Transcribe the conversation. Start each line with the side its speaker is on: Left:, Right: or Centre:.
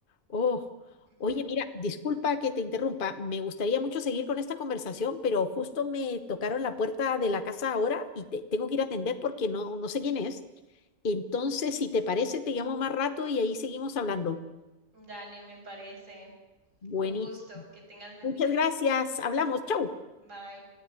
Left: Oh,
Right: Ujú.
Left: oye, mira, disculpa que te interrumpa. Me gustaría mucho seguir con esta conversación, pero justo me tocaron la puerta de la casa ahora y te- tengo que ir a atender porque no, no sé quién es. Entonces, si te parece, te llamo más rato y ahí seguimos hablando.
Right: Dale, me parece.
Left: Buenísimo.
Right: Fue un gusto. Que tengas buen
Left: Muchas
Right: día.
Left: gracias. Hablamos. Chau.
Right: Bye.